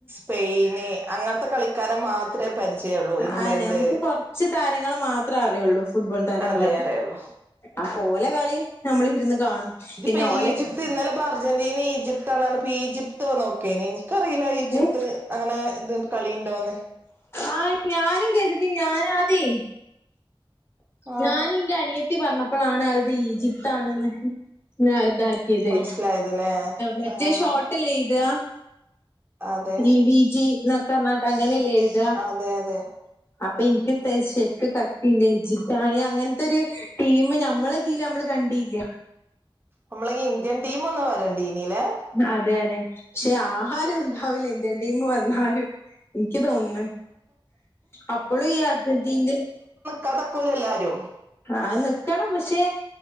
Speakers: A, on the right; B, on the left.
A: സ്പെയിന് അങ്ങൻത്തെ കളിക്കാര് മാത്രേ പരിചയള്ളൂ ഇംഗ്ലണ്ട്
B: ആഹ് നമുക്ക് കൊറച്ച് താരങ്ങളെ മാത്രേ അറിയൊള്ളൂ ഫുട്ബോൾ താരങ്ങളെ
A: അതേ അറിയുള്ളൂ
B: അപ്പം ഓലെ കളി നമ്മളിരുന്ന് കാണും.
A: ഇത്പ്പോ
B: പിന്നെ ഓലെ
A: ഈജിപ്ത്ത് ഇന്നലെപ്പോ അർജന്റീനിം ഈജിപ്ത്താണറിഞ്ഞപ്പോ ഈജിപ് തെ നോക്കേ നിക്കറില
B: ടീമ്
A: ഈജിപ്ത് അങ്ങനെ ഇത് കളിണ്ടോന്ന്.
B: ആഹ ഞാനും കരുതി ഞാനാദ്യ.
A: ആഹ്
B: ഞാന എന്റെറെ അണിയത്തി പറഞ്ഞപ്പോളാണ് അത് ഈജിപ്ത ആണ്ന്ന് ഇതാ കേത്
A: മനസ്സിലായതല്ലേ
B: മറ്റേ
A: ആഹ്
B: ഷോർട്ട്ല്ലേ എയ്താ.
A: അതെ
B: ഇ വി ജി എന്നൊക്കെ നാട്ട് അങ്ങനെല്ലേ എഴുതാ
A: അതെ അതെ
B: അപ്പൻക്. <unintelligible> അങ്ങനത്തെ ഒരു ടീമ് നമ്മള ഇതില് നമ്മള് കണ്ടിയില്ല.
A: നമ്മളെ ഇന്ത്യൻ ട്ടിം ഒുന്ന് വരണ്ണ്ടി നീല്ലേ.
B: അതെ അതെ പക്ഷെ ആഹാരം ഉണ്ടാവൂല ഇന്ത്യൻ ടീമ് വന്നാല്. എനിക്ക് തോന്നുന്നു അപ്പോഴും ഈ അർജണ്ടിനന്റി
A: കഥക്കൂല എല്ലാരും.
B: ആ നക്കണം പക്ഷെ.